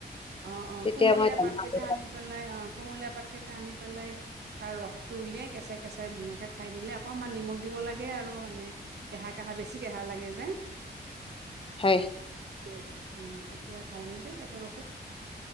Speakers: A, on the right; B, on the left.
A: অ অ
B: তেতিয়া
A: কুমলীয়া
B: মই জানো
A: পাত কেইটা
B: আৰু
A: আনি পেলাই অ কুমলীয়া পাত কেইটা আনি পেলাই আৰু ৰসটো উলিয়াই কেঁচাই কেঁচাই ধুনীয়াকে খাই দিলে অকণমান নিমখ দিব লাগে আৰু মানে কেহা কহা বেছি কেহা লাগে যে
B: হয়
A: অ তেতিয়া ভাল হৈ যায় বাটৰ ৰখুক